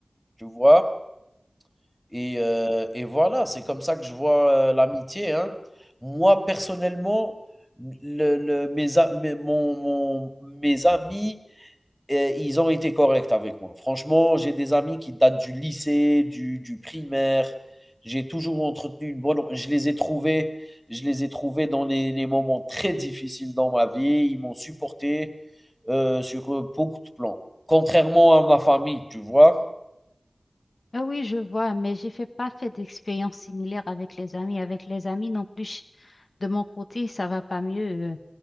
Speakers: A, in the centre; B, on the left.
A: tu vois? Et heu et voilà, c'est comme ça que je vois, heu, l'amitié, hein. Moi, personnellement, le le mes a mes mon mon mes amis, heu, ils ont été corrects avec moi. Franchement, j'ai des amis qui datent du lycée, du du primaire. J'ai toujours entretenu une bonne je les ai trouvés je les ai trouvés dans les les moments très difficiles dans ma vie. Ils m'ont supporté, heu, sur, heu, beaucoup de plans. Contrairement à ma famille, tu vois?
B: Ah oui, je vois, mais j'ai fait pas fait d'expérience similaire avec les amis. Avec les amis non plus, de mon côté, ça va pas mieux. euh,